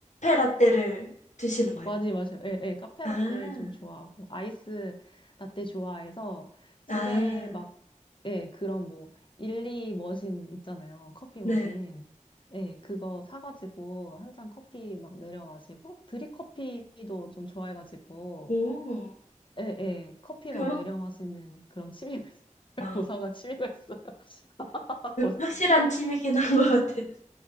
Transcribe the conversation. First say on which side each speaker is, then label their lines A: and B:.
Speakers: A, on the left; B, on the left.
A: 라떼를 드시는 거예요?
B: 맞이 맞아요. 예, 예. 카페
A: 아,
B: 라떼 좀 좋아하고 아이스 라떼 좋아해서 집에
A: 아,
B: 막 예, 그런 뭐 일리 머신 있잖아요. 커피
A: 네.
B: 머신. 예, 그거 사가지고 한 잔 커피 막 내려 마시고 드립 커피도 좀 좋아해가지고
A: 오,
B: 예, 예. 커피
A: 그럼,
B: 막 내려 마시는 그런 취미가 있어요. <laughs>
A: 어, 어,
B: 고사가 취미가 있어요. <laughs> 아, 고...
A: 확실한 취미긴 한 것 같아요.